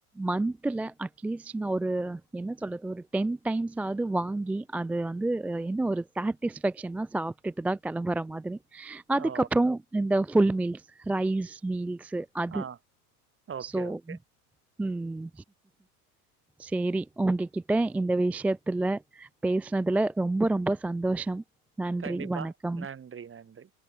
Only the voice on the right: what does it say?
ஓ!
ஆ. ஓகே,
ஓகே.
கண்டிப்பா
நன்றி நன்றி